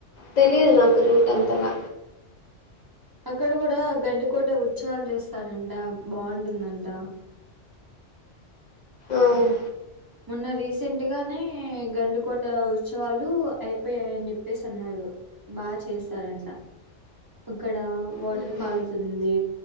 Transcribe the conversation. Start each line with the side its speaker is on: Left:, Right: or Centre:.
Left: తెలీదు నాకు రూట్ అంతగా
Right: అక్కడ కూడా గండికోట ఉత్సవాలు చేస్తారంట. బాగుంటుందంట
Left: ఆవును
Right: మొన్న రీసెంట్ గానే గండికోట ఉత్సవాలు అయిపోయాయని చెప్పేసి అన్నారు. బాగా చేసరంట. ఇక్కడ వాటర్
Left: హుహు.
Right: ఫాల్స్ ఉంది